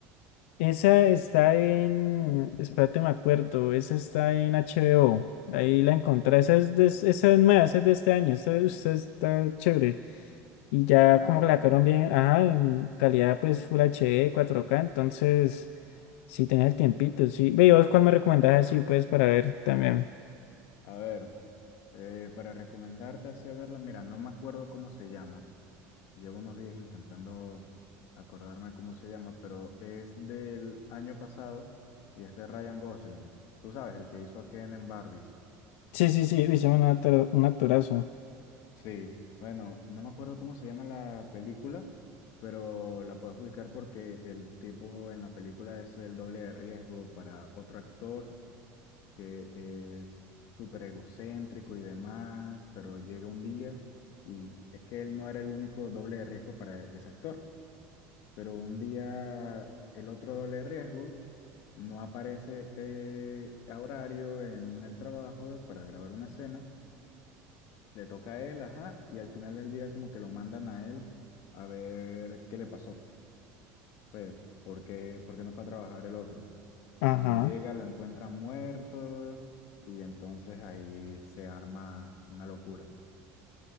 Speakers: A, on the left; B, on the left.
A: Esa está en. Espérate, me acuerdo. Esa está en HBO. Ahí la encontré. Esa es, de, esa es nueva, esa es de este año. Esa, esa está chévere. Y ya
B: Ah,
A: como que
B: ok.
A: la sacaron bien. Ajá, en calidad pues Full HD, cuatro k Entonces, si tenés el tiempito, sí. Ve, ¿y vos cuál me recomendás así, pues, para ver también.
B: A ver, eh, para recomendarte así a verla, mira, no me acuerdo cómo se llama. Llevo unos días intentando acordarme cómo se llama, pero es del año pasado y es de Ryan Gosling. Tú sabes, el que hizo a Ken en Barbie.
A: Sí, sí, sí. Hicimos un actor- un actorazo.
B: Bu- Sí, bueno, no me acuerdo cómo se llama la película, pero la puedes ubicar porque el tipo en la película es el doble de riesgo para otro actor que es súper egocéntrico y demás, pero llega un día y es que él no era el único doble de riesgo para ese actor. pero un día el otro doble riesgo no aparece eh, a horario en el trabajo para grabar una escena, le toca a él, ajá, y al final del día como que lo mandan a él a ver qué le pasó, pues, ¿por qué, por qué no fue a trabajar el otro?
A: Ajá.
B: Cuando llega lo encuentran muerto y entonces ahí se arma una locura.